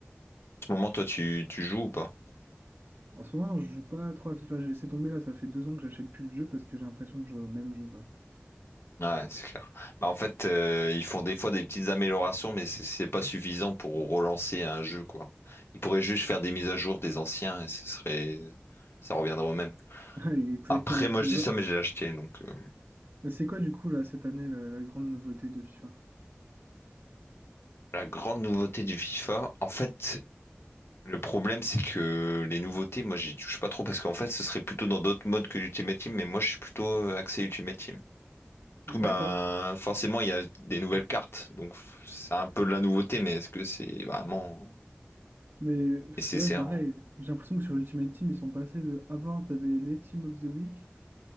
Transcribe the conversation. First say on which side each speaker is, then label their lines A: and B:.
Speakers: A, on the left (about 70°); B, on the right (about 55°).
A: ce moment, toi, tu, tu joues ou pas?
B: En ce moment, non, je joue pas trop à FIFA. J'ai laissé tomber là, ça fait deux ans que j'achète plus le jeu parce que j'ai l'impression de jouer au même jeu, quoi.
A: Ouais, c'est clair. Bah, en fait, euh, ils font des fois des petites améliorations, mais c'est c'est pas suffisant pour relancer un jeu, quoi. Ils pourraient juste faire des mises à jour des anciens et ce serait, ça reviendrait au même.
B: <laughs> Ouais, Exactement.
A: Après, moi,
B: Mais,
A: je dis
B: genre-
A: ça, mais j'ai acheté. Donc, euh,
B: mais c'est quoi, du coup, là, cette année, la, la grande nouveauté de FIFA?
A: la grande nouveauté du FIFA, en fait, le problème, c'est que les nouveautés, moi, j'y touche pas trop parce qu'en fait, ce serait plutôt dans d'autres modes que l'Ultimate Team, mais moi, je suis plutôt euh, axé Ultimate Team. Du
B: D'accord.
A: coup, ben, forcément, il y a des nouvelles cartes, donc c'est un peu de la nouveauté, mais est-ce que c'est vraiment
B: Mais, pff,
A: nécessaire?
B: ouais, pareil,
A: hein?
B: j'ai l'impression que sur Ultimate Team, ils sont passés de avant, t'avais les Team of the Week.